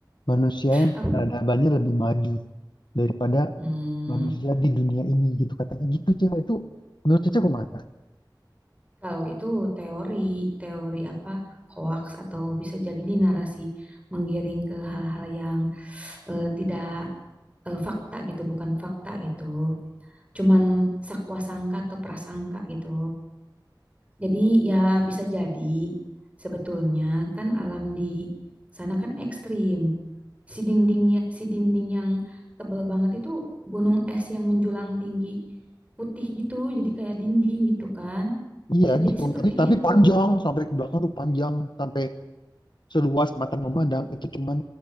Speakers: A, on the left; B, on the right.
A: manusia
B: <laughs>
A: yang
B: Apa?
A: peradabannya lebih maju daripada
B: Hmm.
A: manusia di dunia ini gitu katanya gitu cewek itu menurut cewek mata.
B: Kalau itu teori, teori apa hoax atau bisa jadi ini narasi menggiring ke hal-hal yang eh, tidak eh, fakta gitu, bukan fakta gitu. Cuman sakwasangka atau prasangka gitu. Jadi ya bisa jadi sebetulnya kan alam di sana kan ekstrim. Si dindingnya, si dinding yang tebel banget itu gunung es yang menjulang tinggi putih gitu, jadi kayak dinding gitu kan.
A: Iya
B: Bisa jadi
A: gitu
B: seperti
A: tapi tapi
B: itu.
A: panjang sampai ke belakang tuh panjang sampai seluas mata memandang itu cuman